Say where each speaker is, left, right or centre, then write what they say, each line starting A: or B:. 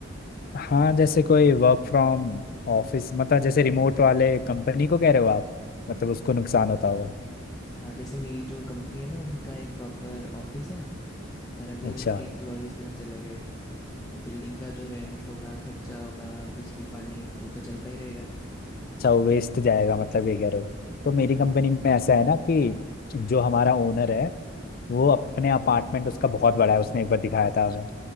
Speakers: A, on the left (about 45°); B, on the left (about 15°).
A: हाँ जैसे कोई वर्क फ्रॉम ऑफिस मतलब जैसे रिमोट वाले कंपनी को कह रहे हो आप मतलब उसको नुकसान होता होगा
B: हाँ जैसे मेरी जो कंपनी है ना उनका एक प्रॉपर ऑफिस है पर अगर
A: अच्छा
B: उनके एम्प्लॉयज़ घर चले गए तो बिल्डिंग का जो रेंट होगा खर्चा होगा बिजली पानी वो तो चलता ही रहेगा
A: अच्छा वेस्ट जाएगा मतलब ये कह रहे हो तो मेरी
B: हाँ
A: कंपनी में ऐसा है ना कि जो हमारा ओनर है वो अपने अपार्टमेंट उसका बहुत बड़ा है उसने एक बार दिखाया था हमें